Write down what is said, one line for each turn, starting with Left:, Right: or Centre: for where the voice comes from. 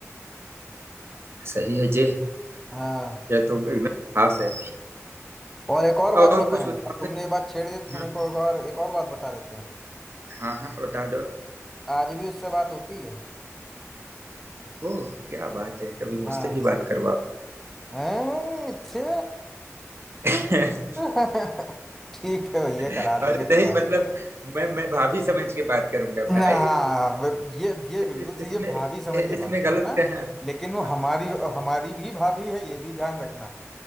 Right: सही है जे
Centre: हाँ
Right: यह तो एकदम खास है
Centre: और एक और बात
Right: और
Centre: बताएं
Right: कुछ बताओगे
Centre: अब तुमने ये बात छेड़ दी तो तुम्हें
Right: हम्म,
Centre: को एक और एक और बात बता देते हैं
Right: हाँ हाँ बता दो
Centre: आज भी उससे बात होती है
Right: ओह क्या बात है कभी मुझसे
Centre: हाँ
Right: भी बात करवाओ
Centre: हैं, छे
Right: <laughs>
Centre: <laughs> ठीक है भैया
Right: अरे
Centre: करा देंगे तुम्हारी
Right: नहीं मतलब
Centre: बात।
Right: मैं मैं भाभी समझ के बात करूंगा
Centre: ना
Right: भाई
Centre: हाँ
Right: इस,
Centre: वो- ये ये
Right: इस,
Centre: बिल्कुल सही
Right: इसमें
Centre: है भाभी समझ
Right: इसमें
Centre: के बात करना
Right: गलत क्या है
Centre: लेकिन वो
Right: हाँ,
Centre: हमारी हमारी भी भाभी है ये भी ध्यान रखना